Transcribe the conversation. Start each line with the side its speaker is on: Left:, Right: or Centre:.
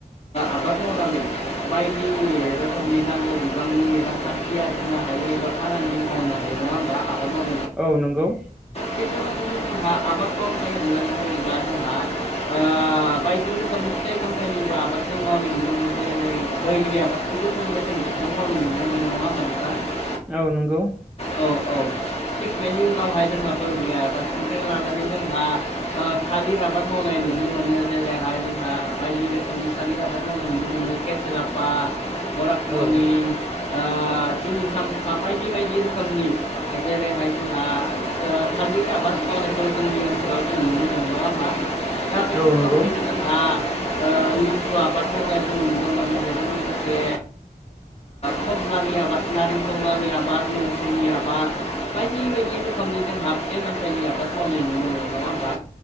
Left: आबाद मावनानै बायदि रोखोमनि नांगौ बिबांनि रांखानथि आरजिनो हायो एबा खामानि मावनो हायो नङा होमबा आबाद मावनानै
Centre: औ नंगौ
Left: थिग बेबादिनो जोंहा आबाद मावनाय होननानै बुब्ला जोंहा बायदि रोखोमनि फिथाइ सामथाइनिबो आबाद जों मावनाय नुमोन जेरै बैग्रि आबादखौबो जों मेसें बोथोराव मावनाय नुनो मोन दों नङा होनब्ला नोंथां
Centre: औ नंगौ
Left: औ औ थिक बेनि उनावहाय जोंहा बैग्रि आबादनिफ्राय लानानै जोंहा थालिर आबाद मावनाय नुनो मोनो जेरैहाय जोंहा बायदि रोखोमनि सानि आबाद मावनाय नुनो मोनो केसेरापा बरातमनि
Centre: औ
Left: <unintelligible> <unintelligible> बायदि बायदि रोखोमनि जेरैहाय जोंहा थालिर आबाद मावनायखौ जोंनि ओनसोलाव नुनो मोनो नङा होनबा नाथाय
Centre: औ
Left: अब्लाबो
Centre: नंगौ
Left: जोंहा <unintelligible> <unintelligible> आबाद मावनायखौ नुदों मोनो बेजों लोगोसे खोब मानि आबाद माव नारें खमलानि आबाद मौसुमि आबाद बायदि बायदि रोखोमनि जोंहा बे फिथाइ सामथाइनि आबाद खौ मावनाय नुनो मोनो नङा होमबा